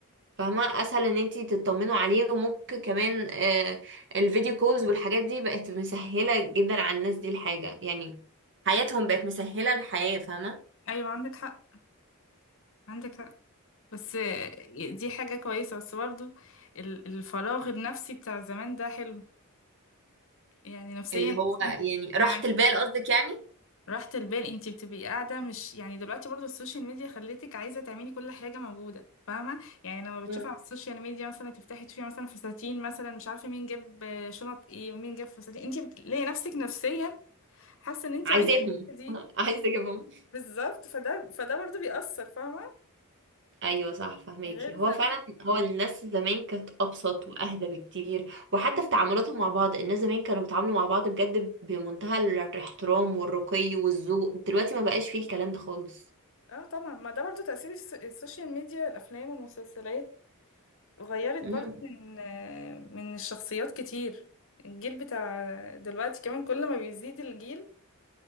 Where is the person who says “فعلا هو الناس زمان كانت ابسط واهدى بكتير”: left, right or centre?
Right